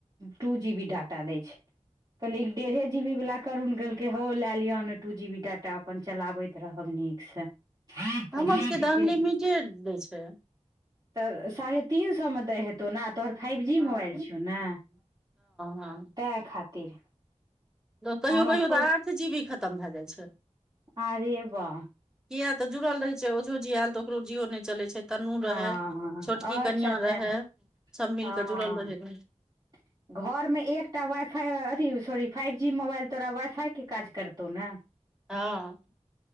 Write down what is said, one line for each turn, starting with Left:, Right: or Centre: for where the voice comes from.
Right: टू जीबी डाटा दै छै। क़हलिए डेढ़ह जीबी वाला करुण कहलकै, हौ, लऽ लिअ ने दू जीबी डाटा, अपन चलबैत रहब नीकसँ। कहलियै
Centre: हमर सभके
Right: ठीके
Centre: तऽ अनलिमिटेड दै छै।
Right: तऽ साढ़े तीन सएमे दहेतै तोना तोहर फाइव जी
Centre: हँ
Right: मोबाइल छौ, ने
Centre: हँ
Right: तैहि खातिर।
Centre: कहियो-कहियो
Right: आ हमर फोर
Centre: तऽ आठ जीबी खतम भए जाइ छै।
Right: अरे वाह
Centre: किया तऽ जुड़ल रहे छै, ओझो जी आयल तऽ ओकरो जियो नहि चले छै। तनु रहे
Right: हँ
Centre: छोटकी
Right: अच्छा
Centre: कनिया
Right: तें
Centre: रहे सभ मिलके
Right: हँ
Centre: जुड़ल रहे रह
Right: <inaudible> घरमे एकटा वाइ फाई अथि सॉरी फाइव जी मोबाइल तोरा वाइ फाईके काज करतौ ने।
Centre: हँ।